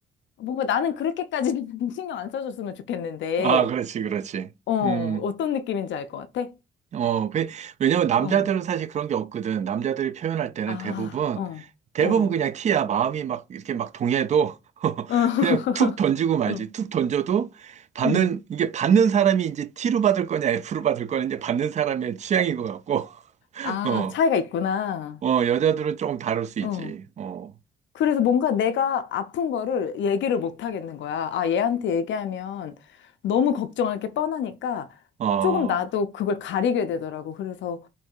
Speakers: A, on the left (about 70°); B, on the right (about 35°).
A: 뭔가 나는 그렇게까지 <laughs> 신경 안 써줬으면 좋겠는데
B: 아, 그렇지, 그렇지.
A: 어,
B: 음.
A: 어떤 느낌인지 알 것 같아?
B: 어, 그, 왜냐면 남자들은
A: 어,
B: 사실 그런 게 없거든. 남자들이 표현할 때는
A: 아,
B: 대부분,
A: 어,
B: 대부분
A: 어,
B: 그냥 티야. 마음이 막 이렇게 막 동해도 <laughs>
A: 어, <laughs>
B: 그냥 툭 던지고 말지.
A: 어,
B: 툭 던져도 받는,
A: 음.
B: 이게 받는 사람이 이제 T로 받을 거냐 F로 받을 거냐 이제 받는 사람의 취향인 것 같고, <laughs>
A: 아,
B: 어,
A: 차이가 있구나.
B: 어, 여자들은 조금 다를 수 있지.
A: 어.
B: 어,
A: 그래서 뭔가 내가 아픈 거를 얘기를 못 하겠는 거야. 아, 얘한테 얘기하면 너무 걱정할 게 뻔하니까
B: 어,
A: 조금 나도 그걸 가리게 되더라고. 그래서